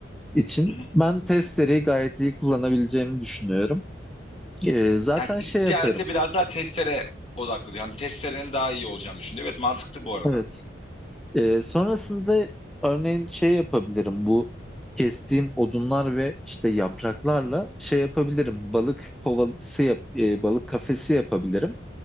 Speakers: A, in the centre; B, on the left.
A: için
B: hı hı.
A: ben testereyi gayet iyi kullanabileceğimi düşünüyorum. Ee, zaten
B: Yani kesici
A: şey yaparım.
B: alete biraz daha testere odaklı. Yani testerenin daha iyi olacağını düşündü. Evet mantıklı bu arada.
A: Evet. Ee, sonrasında örneğin şey yapabilirim. Bu kestiğim odunlar ve işte yapraklarla şey yapabilirim. Balık kovası yap, e, balık kafesi yapabilirim.